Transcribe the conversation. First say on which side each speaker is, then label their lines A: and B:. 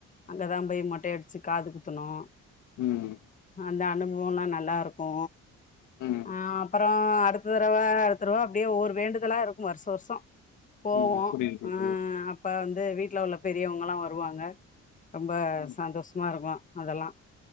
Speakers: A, on the left; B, on the left.
A: அங்கதா பேய் மொட்டை அடிச் ச்சி காதுகுத்துணோ
B: ம்
A: அந்த அனுபோவம்லா நல்லாருக்கு
B: ம்
A: அ அப்பறோ அ அடுத்த தரவ அடுத்த தரவ அப்டியே ஒவ்வொரு வேண்டுதலா இருக்கு வர்ஷோ வர்ஷோ போவோ
B: ம் புரியுது
A: அ
B: புரியுது தோழி
A: அப்ப வந்து வீட் வீட்ல உள்ள பெரியவங்கலா வருவாங்க ரொம்ப
B: ம்
A: சந்தோஷமாருக்கு அதெலாம்